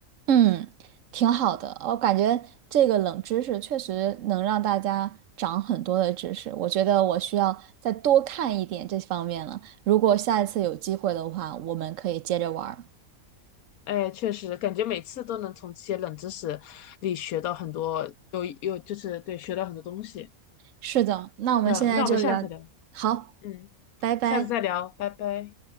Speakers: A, on the right (about 65°); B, on the left (about 85°).
A: 嗯，挺好的，我感觉这个冷知识确实能让大家长很多的知识。我觉得我需要再多看一点这方面了。如果下一次有机会的话，我们可以接着玩儿。
B: 哎，确实，感觉每次都能从这些冷知识里学到很多，有有就是对，学到很多东西。
A: 是的，那我们现在就聊，
B: 这样那我们下次聊，
A: 好，
B: 嗯，
A: 拜拜。
B: 下次再聊，拜拜。